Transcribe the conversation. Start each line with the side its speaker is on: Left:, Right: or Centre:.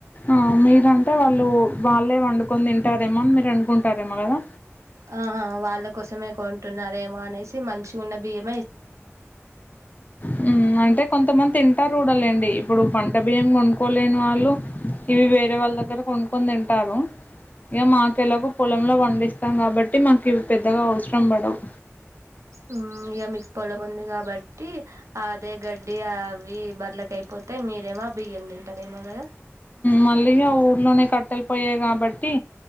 Left: ఆ మీరంటే వాళ్ళు వాళ్ళే వండుకొని తింటారేమో అని మీరు వండుకుంటారేమో కదా
Right: ఆ వాళ్ళ కోసమే కొంటున్నారేమో అనేసి మంచి ఉన్న బియ్యం
Left: హ్మ్ అంటే కొంతమంది తింటారు <unintelligible> లేండి ఇప్పుడు పంట బియ్యం కొనుక్కోలేను వాళ్ళు ఇవి వేరే వాళ్ళ దగ్గర కొనుకుని తింటారు ఇగ మాకెలాగ పొలంలో పండిస్తాం కాబట్టి మాకు ఇవి పెద్దగా అవసరం పడవు
Right: ఉమ్ ఇగ మీకు పొలం ఉంది కాబట్టి అదే గడ్డి అవి బర్లకైయిపోతే మీరేమో బియ్యం తింటారేమో కదా
Left: మళ్ళీగా ఊర్లోనే కట్టలు పోయై కాబట్టి